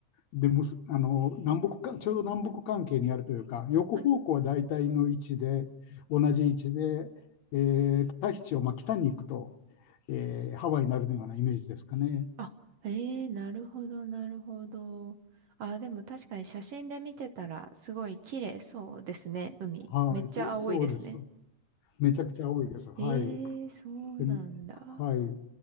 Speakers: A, on the left; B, on the right.
A: でむす、あの南北か、ちょうど南北関係にあるというか、横方向は大体の位置で、
B: はい。
A: 同じ位置で、えー、タヒチをまあ北に行くと、えーハワイになるようなイメージですかね。
B: あ、へえ、なるほど、なるほど。あ、でも確かに写真で見てたら、すごい綺麗そうですね、海。
A: はい、
B: めっちゃ青いですね。
A: そう、そうです。めちゃくちゃ多いです。はい。
B: へえ、そうなんだ。
A: ではい。